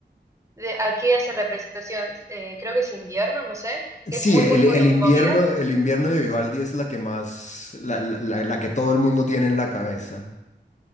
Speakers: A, on the right; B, on the left.
A: de a qué hace representación, eh, creo que es invierno, no sé, que
B: Sí,
A: es muy,
B: el,
A: muy movi-
B: el invierno,
A: movida
B: el invierno de Vivaldi es la que más, la, la la- la que todo el mundo tiene en la cabeza.